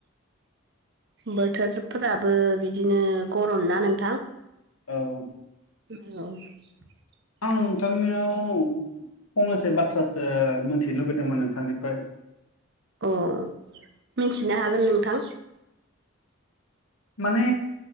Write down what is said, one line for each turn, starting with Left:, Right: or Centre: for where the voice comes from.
Right: बोथोरफ्राबो बिदिनो गरम ना नोंथां।
Left: औ
Right: <unintelligible>
Left: आं नोंथांनियाव फंनैसो बाथ्रासो मिथिनो लुबैदोंमोन नोंथांनिफ्राय।
Right: अ मिन्थिनो हागोन नोंथां।
Left: माने